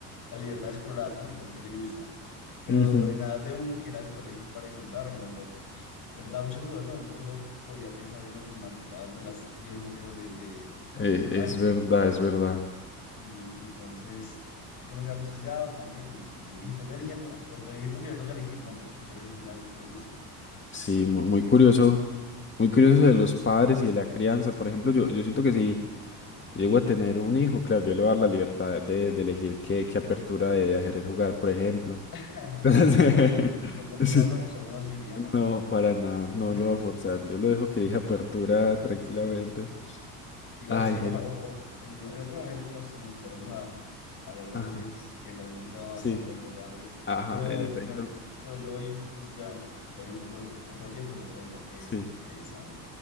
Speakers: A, on the left; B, on the left.
A: la libertad de explorar, ¿no? Y ver qué le gusta. Pero
B: Ujú.
A: en la edad de uno, que era el colegio y para de contar, a lo mejor entraba muchas dudas, ¿no? Uno solo podía pensar en lo que marketaba dentro de las 10 materias de, de-
B: Eh,
A: del horario
B: es verdad, es verdad.
A: y, y entonces creo que uno queda muy sesgado también y, y elige, también eligiendo, ¿no? Por elegir porque le toca elegir, no porque quiere elegir algo que le guste
B: Sí,
A: y
B: mu-
A: eso a
B: muy
A: veces
B: curioso.
A: es complicado.
B: Muy curioso de los padres y de la crianza. Por ejemplo, yo, yo siento que sí. Llego a tener un hijo, claro, yo le voy a dar la libertad de, de elegir qué, qué apertura de, de ajedrez jugar, por ejemplo.
A: <laughs>
B: <laughs>
A: No, no, no, no, no, no
B: Sí.
A: vas a forzar una siciliana, no.
B: No, para nada, no
A: <laughs>
B: lo voy a forzar. Yo lo dejo que elija apertura
A: Está bien,
B: tranquilamente.
A: está bien. Igual
B: Ay,
A: sí,
B: Diego.
A: oja- o- o- en, en otro momento nos, nos sentaremos a, a hablar de
B: Ajá,
A: los hijos, que también es un tema bastante,
B: sí,
A: bastante amplio.
B: ajá,
A: Pero
B: en efecto.
A: bueno, pero yo hoy justo ya, ya voy un poco de tie- corto de tiempo, entonces me tengo que,
B: Sí,
A: que ir, Sam.